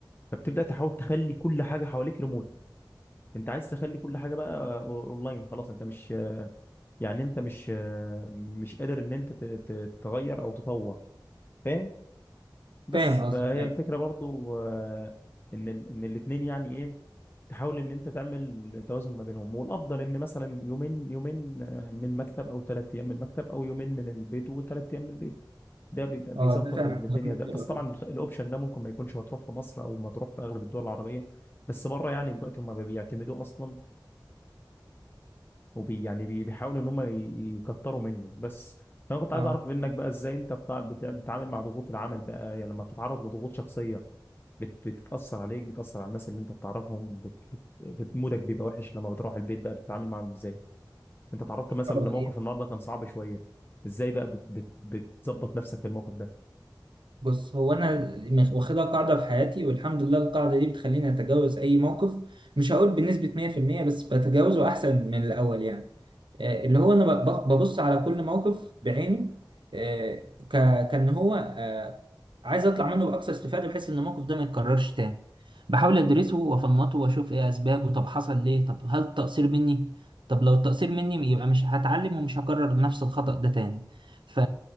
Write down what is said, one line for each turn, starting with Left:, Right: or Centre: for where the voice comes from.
Left: فبتبدا تحاول تخلي كل حاجه حواليك ريموت انت عايز تخلي كل حاجه بقى آه، اونلاين خلاص انت مش يعني انت مش آه، مش قادر ان انت ت- ت- تغير او تطور فاهم؟ بس
Right: فاهم
Left: فهي
Right: قصدك ايوه
Left: الفكرة برضو آه، ان ال- ان الاتنين يعني ايه تحاول ان انت تعمل توازن ما بينهم والافضل ان مثلا يومين يومين آه، من المكتب او ثلاث ايام من المكتب او يومين من البيت وثلاث ايام من البيت ده بيبقى بيظبط
Right: اه ده فعلا
Left: ال-
Right: كلام
Left: الدنيا ده بس
Right: حلو
Left: طبعا
Right: أوي.
Left: الخ- الاوبشن ده ممكن ما يكونش مطروح في مصر او مطروح في اغلب الدول العربية بس بره يعني دلوقتي هم بيعتمدوه اصلا وبي يعني بي- بيحاولوا ان هم ي- يكتروا منه بس فانا كنت عايز
Right: اه
Left: اعرف منك بقى ازاي انت بتع- بت- بتتعامل مع ضغوط العمل بقى يعني لما بتتعرض لضغوط شخصيه بت- بتتاثر عليك بتاثر على الناس اللي انت بتعرفهم بت- بت- بت- مودك بيبقى وحش لما بتروح البيت بقى بتتعامل معاهم ازاي انت تعرضت مثلا
Right: آه،
Left: لموقف
Right: هي-
Left: النهارده كان صعب شويه ازاي بقى بت- بت- بتظبط نفسك في الموقف ده
Right: بص هو انا مخ- واخدها قاعده في حياتي والحمد لله القاعده دي بتخليني اتجاوز اي موقف مش هقول بنسبه 100% بس بتجاوزه احسن من الاول يعني آه، اللي هو انا ب- ب- ببص على كل موقف بعينه آه، ك- كان هو آه، عايز اطلع منه باقصى استفاده بحيث ان الموقف ده ما يتكررش تاني بحاول ادرسه وافنطه واشوف ايه اسبابه طب حصل ليه طب هل التقصير مني طب لو التقصير مني يبقى مش هتعلم ومش هكرر نفس الخطأ ده تاني ف